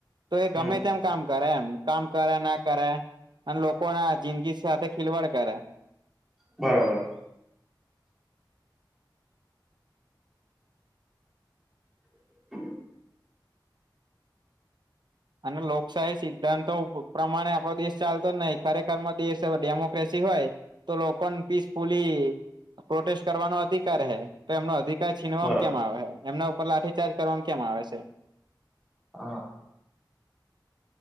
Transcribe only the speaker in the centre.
હમ
બરોબર. <inaudible>
બરોબર
હા.